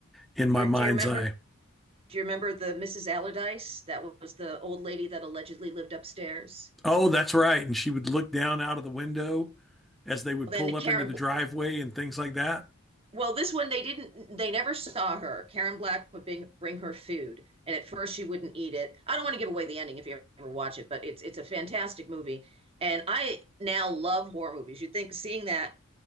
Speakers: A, in the centre; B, on the right (about 30°).
A: in
B: Do
A: my
B: you
A: mind's
B: do you remember?
A: eye.
B: Do you remember the Mrs. Allardyce? That was the old lady that allegedly lived upstairs.
A: Oh, that's right. And she would look down out of the window as they would
B: Then
A: pull
B: Karen
A: up into the driveway and things like that.
B: Well, this one they didn't, they never saw her. Karen Black would bring bring her food, and at first she wouldn't eat it. I don't want to give away the ending if you ever watch it, but it's it's a fantastic movie. And I now love horror movies. You'd think seeing that